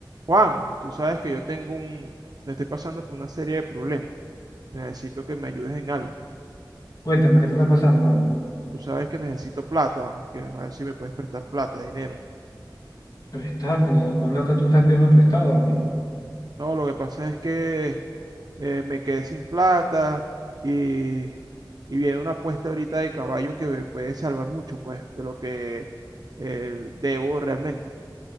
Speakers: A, on the right; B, on the left.
A: Juan, tú sabes que yo tengo un, estoy pasando por una serie de problemas. Necesito que me ayudes en algo.
B: Cuéntame, ¿qué te está pasando, Dani?
A: Tú sabes que necesito plata, que me parece si me puedes prestar plata, dinero.
B: Prestar, pero ¿de cuándo acá tú estás pidiendo prestado, Daniel?
A: No, lo que pasa es que eh, me quedé sin plata y, y viene una apuesta ahorita de caballo que me puede salvar mucho, pues, de lo que eh, debo realmente.